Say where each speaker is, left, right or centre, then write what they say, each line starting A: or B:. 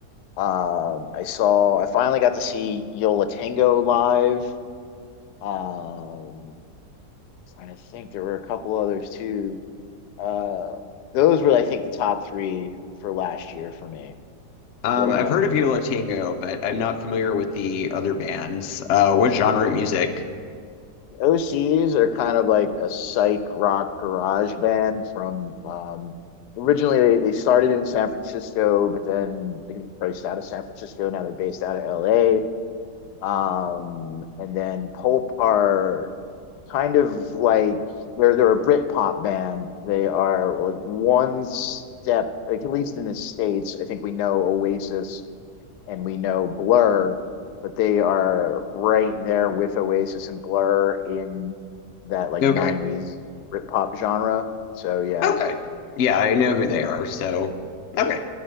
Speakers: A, on the left; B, on the left.
A: Um, I saw, I finally got to see Yola Tango live Um, trying to think, there were a couple others too. Uh, those were, I think, the top three for last year for me.
B: Um,
A: What um,
B: I've heard of Yola Tango, but I'm not familiar with the other bands. Uh, what genre of music?
A: OCs are kind of like a psych rock garage band from um, originally they, they started in San Francisco, but then they got priced out of San Francisco. Now they're based out of LA. Um, and then Pulp are kind of like they're they're a Britpop band. They are like one step, like at least in the states. I think we know Oasis and we know Blur, but they are right there with Oasis and Blur in that like
B: Okay.
A: '90s Britpop genre. So yeah,
B: Okay. Yeah, I know who
A: yeah,
B: they are, so okay.